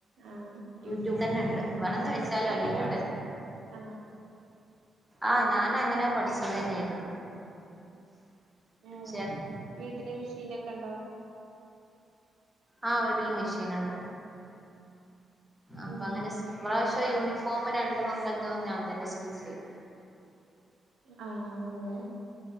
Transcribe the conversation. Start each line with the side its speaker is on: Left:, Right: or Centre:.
Right: ആഹ യൂട്യൂബിലുണ്ട്.
Centre: യൂട്യൂബ് തന്നെ ഉണ്ട്
Right: ആഹ
Centre: വേണന്ന്
Right: നിങ്ങള്
Centre: വെച്ചാലും എല്ലാം
Right: അങ്ങനെ പഠിച്ചു? ആ
Centre: ആഹ ഞാന് അങ്ങനെ പഠിച്ചത് തന്നെയായിരുന്നു.
Right: ആം
Centre: ശരി
Right: വീട്ടില മിഷീനോക്കെണ്ടോ?
Centre: ആഹ വീട്ടിൽ മെഷീനുണ്ട്. അപ്പൊ
Right: ഉം
Centre: അങ്ങനെ യൂണിഫോമ് രണ്ട് മക്കള്ളത് ഞാൻ തന്നെ സ്റ്റിച്ച് ചെയ്തു.
Right: ആഹ അല്ലെ